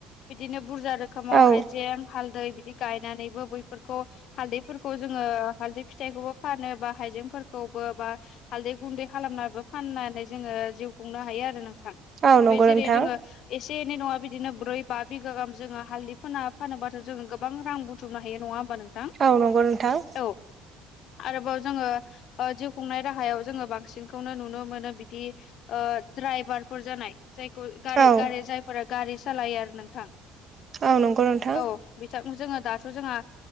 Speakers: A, on the left; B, on the right.
A: बिदिनो बुरजा रोखोमाव
B: औ
A: हाइजें हालदै बिदि गायनानैबो बैफोरखौ हालदैफोरखौ जोङो हालदै फिथाइखौबो फानो बा हाइजेंफोरखौबो बा हालदै गुन्दै खालामनाबो फाननानै जोङो जिउ खुंनो हायो आरो नोंथां।
B: औ नंगौ
A: बे‌ जेरै
B: नोंथां
A: जोङो एसे एनै नङा बिदिनो ब्रै बा बिगा गाहाम जोङो हालदै फोना फानोबाथ' जोङो गोबां रां बु थुमनो हायो नङा होमबा नोंथां।
B: औ नंगौ नोंथां।
A: औ आरोबाव जोङो जिउ खुंनाय राहायाव जोङो बांसिनखौनो नुनो मोनो बिदि ओ ड्राइभारफोर जानाय जायखौ गारि
B: औ
A: गारि जायफोरा गारि सालायो आरो नोंथां
B: औ नंगौ नोंथां
A: औ बिथां जोङो दाथ' जोंहा